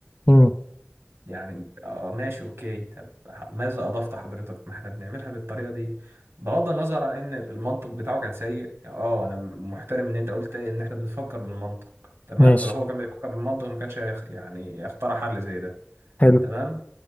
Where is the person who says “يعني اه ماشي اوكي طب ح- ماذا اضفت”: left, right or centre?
Right